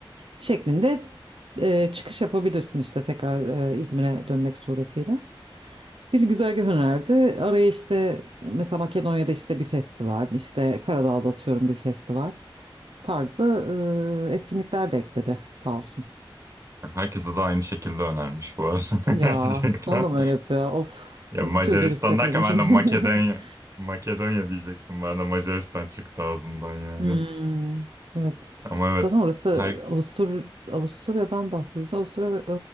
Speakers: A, on the right; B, on the right.
A: şeklinde e, çıkış yapabilirsin işte tekrar e, İzmir'e dönmek suretiyle. Bir güzergah önerdi. Araya işte mesela Makedonya'da işte bir festival, işte Karadağ'da atıyorum bir festival tarzı e, etkinlikler de ekledi sağ olsun.
B: herkese de aynı şekilde önermiş bu arada
A: Ya
B: <laughs> gerçekten.
A: sana da mı öyle yapıyor? Of
B: Ya
A: hiç
B: Macaristan
A: özel hissetmedim
B: derken ben
A: şimdi.
B: de Makedonya
A: <laughs>
B: Makedonya diyecektim. Ben de Macaristan çıktı ağzımdan yani.
A: Hmm, evet.
B: Ama evet
A: Zaten orası
B: her
A: Avustur Avusturya'dan bahsediyorsun. Avusturya